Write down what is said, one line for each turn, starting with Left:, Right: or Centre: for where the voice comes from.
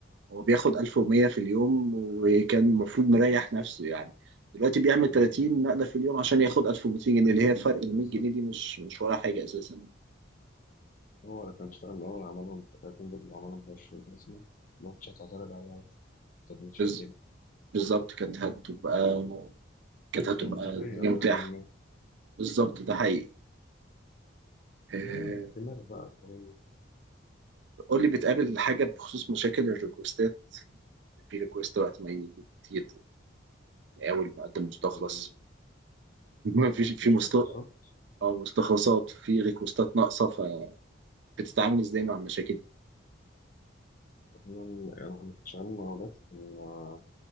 Right: هو بياخد 1100 في اليوم وكان المفروض مريح نفسه يعني دلوقتي بيعمل 30
Left: اه،
Right: نقلة في اليوم عشان ياخد 1200 جنيه اللي هي فرق ال
Left: بالظبط
Right: 100 جنيه دي مش مش ولا حاجة أساسا
Left: هو اللي كان اشتغل من الأول عملهم 30 دول عملهم ب 20 مثلا ماتش هتعترض عليه عادي كانت ماشية
Right: بز-
Left: الدنيا
Right: بالظبط كانت هتبقى كانت هتبقى
Left: منطقية
Right: الدنيا متاحة
Left: لحد ما
Right: بالظبط ده حقيقي آه،
Left: اه دماغ بقى اللي هو
Right: قول لي بتقابل حاجة بخصوص مشاكل الريكوستات في ريكوست وقت ما يجي كتير أول ما أقدم مستخلص
Left: يعني
Right: <laughs> ما فيش في
Left: مش
Right: مست
Left: تخلصات
Right: أو مستخلصات في ريكوستات ناقصة فبتتعامل إزاي مع المشاكل
Left: احنا يعني شغالين مقاولات كنا